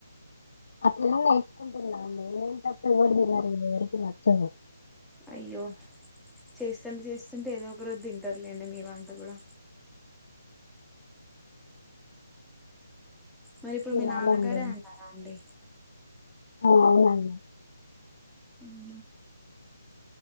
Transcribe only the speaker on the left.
అట్ల నేర్చుకుంటున్నా నే ఏ తప్ప ఎవరు తన్నారు ఎవరికి నచ్చదు.
తినాలండి
అవునండి.